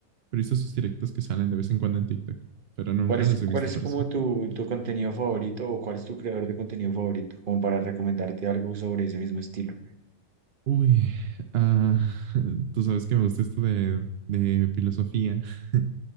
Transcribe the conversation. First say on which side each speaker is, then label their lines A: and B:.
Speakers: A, on the right; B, on the right.
A: pero he visto sus directos que salen de vez en cuando en TikTok, pero nunca
B: ¿Cuál es,
A: las he
B: cuál
A: visto
B: es
A: para
B: como
A: sí.
B: tu, tu contenido favorito o cuál es tu creador de contenido favorito? Como para recomendarte algo sobre ese mismo estilo.
A: Uy, ah, <laughs> tú sabes que me gusta esto de, de filosofía <laughs>